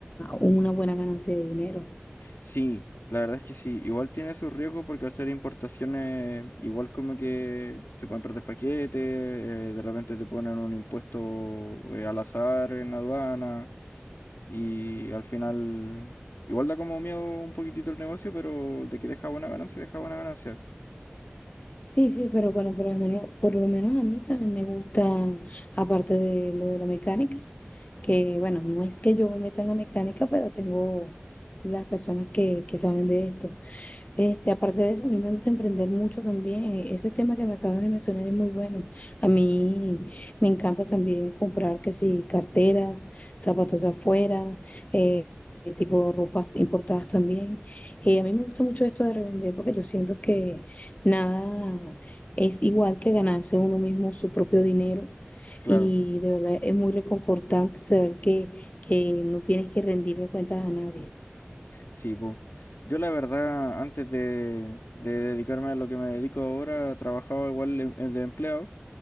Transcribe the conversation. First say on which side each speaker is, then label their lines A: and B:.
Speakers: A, on the left; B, on the left.
A: una buena ganancia de dinero.
B: Sí, la verdad es que sí. Igual tiene sus riesgos porque al ser importaciones, igual como que se pueden perder paquetes, eh, de repente te ponen un impuesto eh, al azar en aduana y al final
A: Sí. sí.
B: igual da como miedo un poquitito el negocio, pero de que deja buena ganancia, deja buena ganancia.
A: Sí, sí, pero bueno, por lo menos, por lo menos a mí también me gusta, aparte de lo de la mecánica, que bueno, no es que yo me meta en la mecánica, pero tengo las personas que, que saben de esto. Este, aparte de eso, a mí me gusta emprender mucho también. Ese tema que me acabas de mencionar es muy bueno. A mí me encanta también comprar, que sí, carteras, zapatos de afuera, eh, tipo ropas importadas también. Eh, a mí me gusta mucho esto de revender porque yo siento que nada es igual que ganarse uno mismo su propio dinero.
B: Claro,
A: Y de verdad es muy reconfortante saber que, que no tienes que rendirle cuentas a nadie.
B: sí, pues. Yo la verdad, antes de, de dedicarme a lo que me dedico ahora, trabajaba igual em- de empleado.